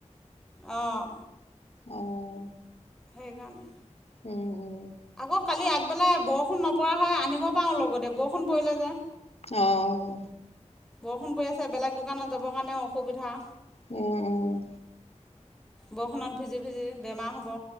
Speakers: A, in the centre; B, on the left.
A: অঁ
B: আহ
A: সেইকাৰণে
B: উম হুম
A: আকৌ কালি আগ বেলা বৰষুণ নপৰা হয় আনিব পাৰোঁ লগতে বৰষুণ পৰিলে যে
B: আহ
A: বৰষুণ পৰি আছে বেলেগ দোকানত যাবৰ কাৰণেও অসুবিধা
B: উম উম
A: বৰষুণত ভিজি ভিজি বেমাৰ হ'ব